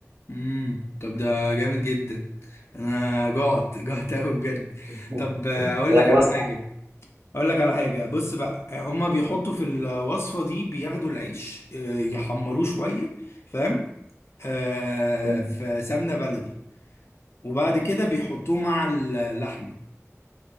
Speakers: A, on the left; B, on the right.
A: امم طب ده جامد جدا انا جعت جعت قوي بجد
B: <laughs>
A: طب آه، اقول
B: هي
A: لك
B: خلاص
A: على حاجة اقول لك على حاجة بص بقى هما بيحطوا في الوصفة دي بياخدوا العيش آه، يحمروه شوية فاهم آه
B: مم.
A: في سمنة بلدي وبعد كده بيحطوه مع اللحمة